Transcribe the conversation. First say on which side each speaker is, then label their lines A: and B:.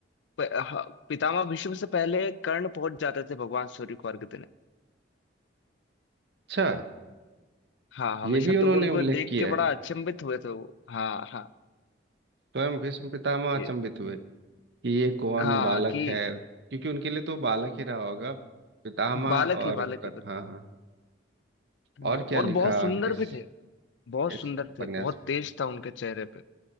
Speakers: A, on the left (about 75°); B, on the right (about 65°).
A: प- ह- पितामह भीष्म से पहले कर्ण पहुंच जाते थे भगवान सूर्य को अर्घ देने
B: अच्छा
A: हाँ हमेशा
B: ये भी
A: तो
B: उन्होंने
A: वो उनको
B: उल्लेख
A: देख
B: किया
A: के बड़ा
B: है
A: अचंभित हुए थे वो। हाँ हाँ
B: स्वयं भीष्म पितामह अचंभित
A: ये
B: हुए कि ये कौन
A: हाँ
B: बालक
A: कि
B: है क्योंकि उनके लिए तो बालक ही रहा होगा पितामह
A: बालक
B: और
A: ही बालक
B: कर्ण
A: है बस।
B: हाँ हाँ हाँ।
A: हम्म,
B: और क्या
A: और
B: लिखा
A: बहुत सुंदर
B: इस
A: भी थे बहुत सुंदर
B: इस उपन्यास
A: थे बहुत
B: में
A: तेज था उनके चेहरे पे